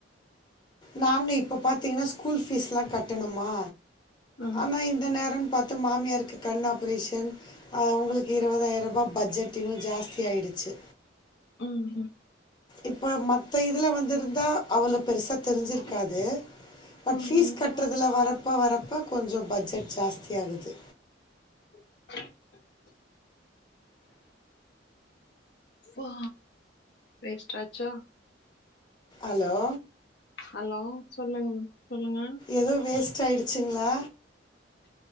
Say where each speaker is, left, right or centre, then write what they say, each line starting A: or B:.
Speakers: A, on the left (about 25°); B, on the left (about 65°).
A: நாங்க இப்ப பாத்தீங்கன்னா ஸ்கூல் ஃபீஸ் எல்லா கட்டணுமா
B: ஆ
A: ஆனா இந்த நேரன்னு பாத் அத்து மாமியாருக்கு கண் ஆபரேஷன் அ அவங்களுக்கு இருபதாயிர ரூபா பட்ஜெட் இன்னு ஜாஸ்தி ஆயிடுச்சு
B: ம் ம்
A: இப்ப மத்த இதுல வந்திருந்தா அவ்வளோ பெருசா தெரிஞ்சிருக்காது பட்
B: ம்
A: பபீஸ் கட்டுறதுல வர அப்போ வரப்போ கொஞ்சோ பட்ஜெட் ஜாஸ்தி ஆகுது
B: <inaudible> ஓ வேஸ்ட்டாச்சா
A: ஹலோ
B: ஹலோ சொல்லுங் சொல்லுங்க
A: ஏதோ வேஸ்ட் ஆயிடுச்சுங்களா